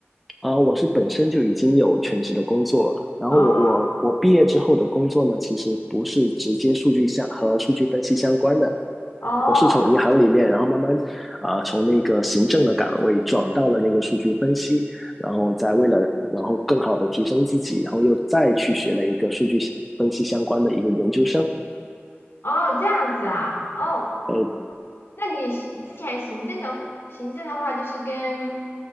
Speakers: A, in the centre; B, on the left.
A: 啊、我是本身就已经有全职的工作，然后我我我毕业之后的工作呢，
B: 哦
A: 其实不是直接数据相和数据分析相关的，
B: 哦
A: 我是从银行里面，然后慢慢啊、呃从那个行政的岗位转到了那个数据分析，然后再为了然后更好的提升自己，然后又再去学了一个数据分析相关的一个研究生。
B: 哦，这样子啊，哦，
A: 哎，
B: 那你行之前行政的行政的话，就是跟